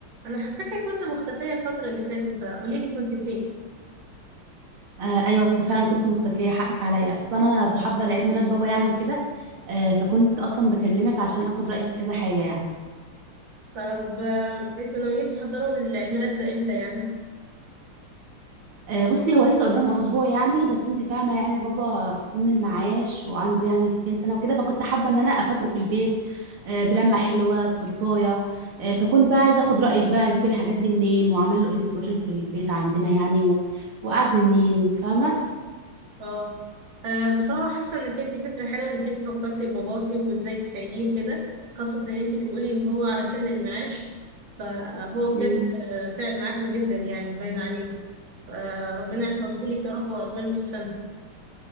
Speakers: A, on the right (about 65°); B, on the right (about 80°).
A: انا حاساكي كنت مختفيه الفتره اللي فاتت بقى قولي لي كنت فين
B: آه ايوه فعلا كنت مختفيه حقك عليا اصلا انا بحضر عيد ميلاد بابا يعني وكده آه فكنت اصلا بكلمك عشان اخد رايك في كذا حاجه يعني
A: طب آه، انتوا ناويين تحضروا العيد ميلاد ده امتى يعني
B: آه بصي هو لسه قدامه اسبوع يعني بس انت فاهمه يعني بابا في سن المعاش وعنده يعني 60 سنه وكده فكنت حابه ان انا افاجئه في البيت آه بلمه حلوه بتورتايه آه فكنت بقى عايزه اخد رايك بقى اجيب الحاجات دي منين واعمل له ايه ديكوريشن في البيت عندنا يعني و... واعزم مين فاهمه
A: اه آه، بصراحه حاسه انك انت فكره حلوه انك انت فكرتي بباباكي وازاي تساعديه وكده خاصه ان انت بتقولي ان هو على سن المعاش فهو
B: مم.
A: بجد آه، تعب معاكم جدا يعني باين عليه فربنا يحفظه لك يا رب وعقبال 100 سنه